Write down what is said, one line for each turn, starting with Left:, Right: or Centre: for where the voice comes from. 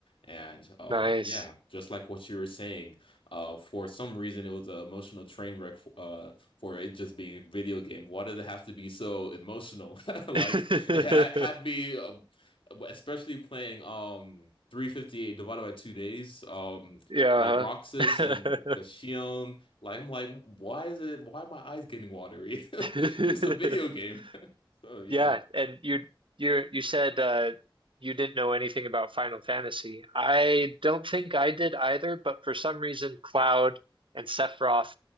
Left: and um,
Right: Nice.
Left: yeah, just like what you were saying, uh, for some reason it was an emotional train wreck f uh, for it just being a video game. Why did it have to be so emotional? <laughs> Like
Right: <laughs>
Left: it had, had me, um, especially playing um 358 divided by two days, um,
Right: Yeah.
Left: like Roxas
Right: huh?
Left: and the Shion. Like I'm like, why is it? Why are my eyes getting watery? <laughs>
Right: <laughs>
Left: It's a video game. <laughs> So yeah.
Right: Yeah, and you you you said uh you didn't know anything about Final Fantasy. I don't think I did either, but for some reason Cloud and Sephiroth